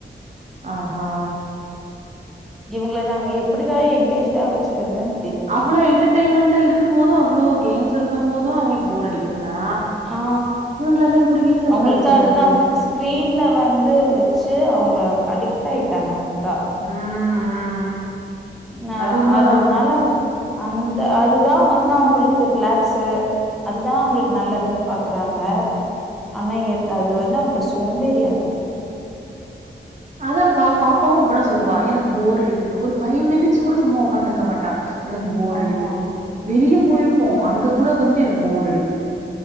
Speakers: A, on the right; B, in the centre.
A: ஆஹா
B: இவங்கள நாங்க எப்டிதா எங்கேஜ்டா வச்சுக்குறதுன்
A: அவ்ளோ என்டர்டெயின்மெண்ட் இருக்கும் போது அவ்ளோ கேம்ஸ் இருக்கும் போது அவங்ளுக்கு போர் அடிக்குதுன்னா
B: ஆ
A: இவங்களெல்லாம் எப்படி வீட்ல
B: அவங்களுக்கு
A: உட்கார வச்சிருக்கறது?
B: அதுதா ஸ் ஸ் க்ரீன்ல வந்து வச்சு அவங்க அடிக்ட் ஆயிட்டாங்கக்கா
A: ம் ம்
B: நா
A: அது உண்மதான்.
B: அதுனால அந்த அதுதா வந்து அவங்ளுக்கு ரிலாக்ஸு அதுதா அவங்ளுக் நல்லதுன் பாக்குறாங்க ஆனா என் அது வந்து அவங்கள சோம்பேறி ஆக்குது
A: அதா பா பாப்பாவு அப்டிதா சொல்லுவா எனக்கு போர் அடிக்குது ஒரு ஃபைவ் மினிட்ஸ் கூட சும்மா உக்காந்துருக்க மாட்டா எனக்கு போர்
B: ஆமா
A: அடிக்குது வெளிய போயிருப்போ அங்க கூட வந்துட்டு எனக்கு போர் அடிக்குது